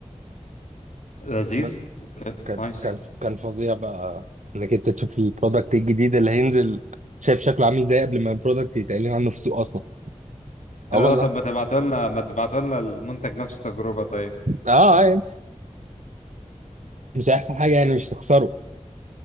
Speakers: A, on the left (about 75°); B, on the right (about 70°).
A: لذيذ
B: ما- كان
A: نايس
B: كان كان فظيع بقى انك انت تشوف البرودكت الجديد اللي هينزل شايف شكله عامل ازاي قبل ما البرودكت يتقال عنه في السوق اصلا اه
A: اللي
B: والله
A: هو طب ما تبعتوا لنا ما تبعتوا لنا المنتج نفس التجربة طيب
B: اه آه يعني مش هيحصل حاجه يعني
A: بس
B: مش تخسره